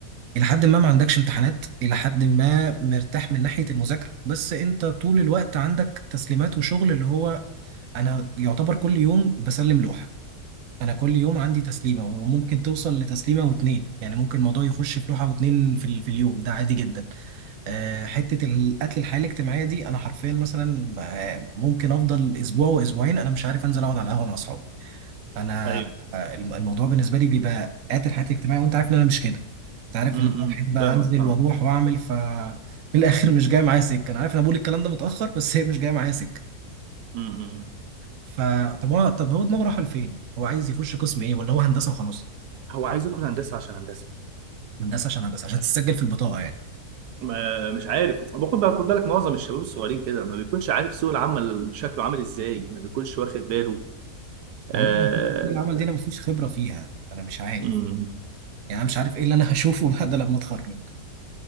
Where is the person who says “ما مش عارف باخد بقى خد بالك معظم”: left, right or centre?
Right